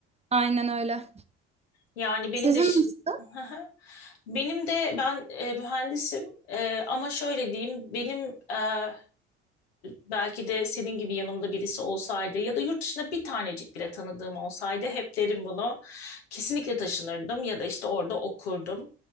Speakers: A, on the right; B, on the left.
A: Aynen öyle.
B: Yani benim
A: Sizin
B: de ş-
A: nasıl?
B: <laughs> Hı hı. benim de ben e, mühendisim E, ama şöyle diyeyim benim e, belki de senin gibi yanımda birisi olsaydı ya da yurt dışında bir tanecik bile tanıdığım olsaydı hep derim bunu. Kesinlikle taşınırdım ya da işte orada okurdum.